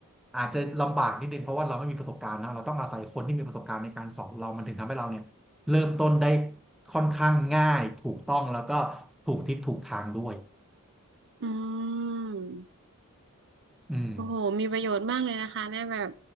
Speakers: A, in the centre; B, on the right.
A: อาจจะลำบากนิดนึงเพราะว่าเราไม่มีประสบการณ์นะเราต้องอาศัยคนที่มีประสบการณ์ในการสอนเรามันถึงทำให้เราเนี่ยเริ่มต้นได้ค่อนข้างง่ายถูกต้องแล้วก็ถูกทิศถูกทางด้วย
B: อืม
A: อืม
B: โอ้โห มีประโยชน์มากเลยนะคะเนี่ยแบบ